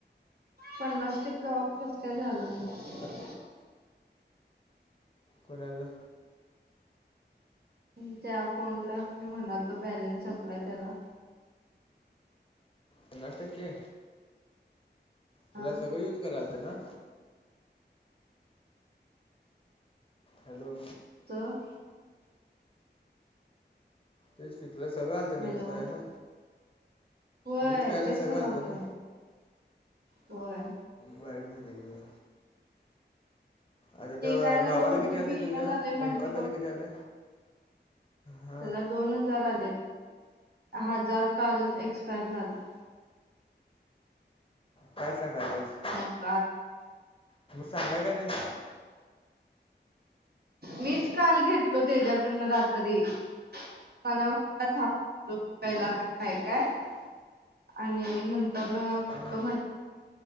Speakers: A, on the right; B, on the left.
A: पन्नास टक्के ऑफ कसं काय झालं नाही
B: का कोणाचं
A: त्या फोनच्या अकाउंटला मी म्हणालतो बॅलेन्स सपलाय त्याला
B: पन्नास टक्के तुला
A: हा
B: सगळं युज कराय आलतं ना हॅलो
A: जरा
B: तेच की तुला सगळं आलतं ना
A: हॅलो
B: यूज करायला
A: होय
B: यूज करायला
A: तेच
B: सगळं
A: म्हणालोय
B: आलं ना
A: होय
B: वायी झाल्या गं आता
A: ते
B: तेव्हा
A: काय झालं
B: भावाला
A: ओटीपी
B: किती आले
A: येईना
B: तुझ्या
A: झालय म्हटलं
B: ओमकार दा
A: बघ
B: ला किती आले हां
A: त्याला दोन हजार आलेत हजार काल एक्सपायर झाला
B: काय सांगायल्यास
A: भातात
B: सांगाय का नाहीस
A: मीच काल घेतलो तेच्याकडनं रात्री मला म ांलाय काय <unintelligible> आणि नंतरनं
B: हं,
A: करतो म्हण